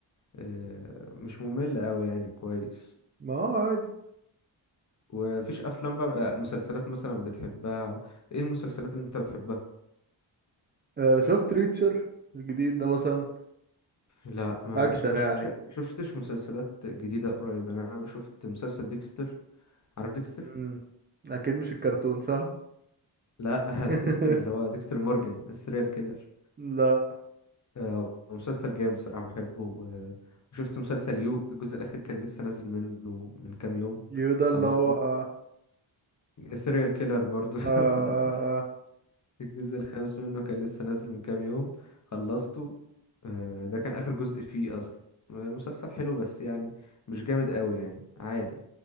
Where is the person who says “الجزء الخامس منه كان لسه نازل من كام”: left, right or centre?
Left